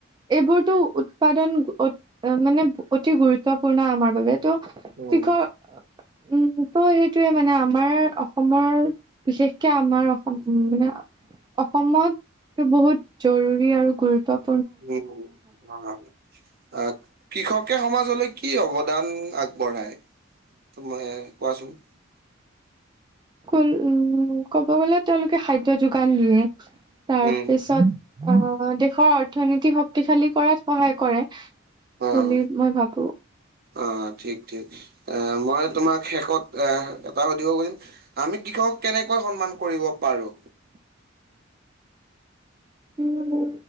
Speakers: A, on the right; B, on the right.
A: এইবোৰতো উৎপাদন অ' মানে অতি গুৰুত্বপূৰ্ণ আমাৰ বাবে। ত'
B: উম।
A: কৃষক উম। ত' সেইটোয়ে মানে আমাৰ অসমৰ, বিশেষকে আমাৰ অসম মানে অসমতটো বহুত জৰুৰী আৰু গুৰুত্ব।
B: উম অ। আহ কৃষকে সমাজলৈ কি অৱদান আগবঢ়ায়? তুমি কোৱাচোন।
A: উম, ক'ব গলে তেওঁলোকে খাদ্য যোগান দিয়ে তাৰপিছত।
B: উম
A: অ, দেশৰ অৰ্থনীতি শক্তিশালী কৰাত সহায় কৰে।
B: অ
A: বুলি মই ভাবো।
B: অ, ঠিক ঠিক আহ মই তোমাক শেষত এ এটা সুধিব পাৰিম আমি কি। কেনেকৈ সন্মান কৰিব পাৰো।
A: <unintelligible> উম,